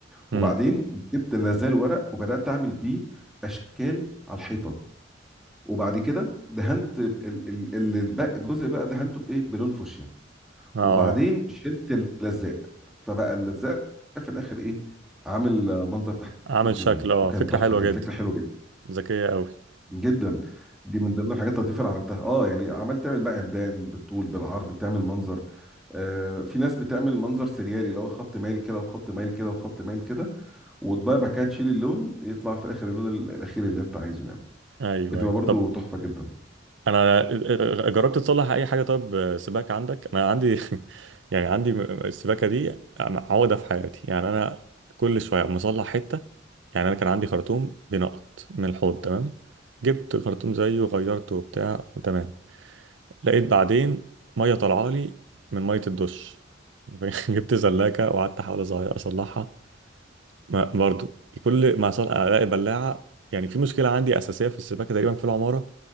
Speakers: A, in the centre; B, on the right.
A: وبعدين
B: إمم.
A: جبت لازال ورق وبدات اعمل بيه اشكال على الحيطه وبعد كده دهنت ب- ال- ال- ال- الباقي الجزء بقى دهنته بايه بلون فوشيا
B: اه
A: وبعدين شلت اللزاق فبقى اللزاق في الاخر ايه عامل آه، منظر تحتي
B: عامل
A: بلونين
B: شكل اه
A: وكان
B: فكرة
A: تحفه
B: حلوة
A: كان فكره
B: جدا
A: حلوه جدا
B: ذكية قوي
A: جدا دي من ضمن الحاجات اللطيفه اللي عملتها اه يعني عملت تعمل بقى عمدان بالطول بالعرض تعمل منظر آه في ناس بتعمل منظر سريالي اللي هو خط مايل كده وخط مايل كده وخط مايل كده وتبقى بعد كده تشيل اللون يطلع في الاخر اللون ال- الاخير اللي انت عايزه يعني
B: ايوه
A: بتبقى
B: ايوه
A: برضو
B: طب
A: تحفه جدا
B: انا آه، آه، جربت تصلح اي حاجة طب سباكة عندك انا عندي <laughs> يعني عندي السباكة دي أنا عقدة في حياتي يعني انا كل شوية مصلح حتة يعني انا كان عندي خرطوم بينقط من الحوض تمام جبت خرطوم زيه غيرته وبتاع وتمام لقيت بعدين مية طالعة لي من مية الدش <laughs> جبت زلاكة وقعدت احاول أصغير- اصلحها ما برضو كل ما صار الاقي بلاعه يعني في مشكله عندي اساسيه في السباكه تقريبا في العماره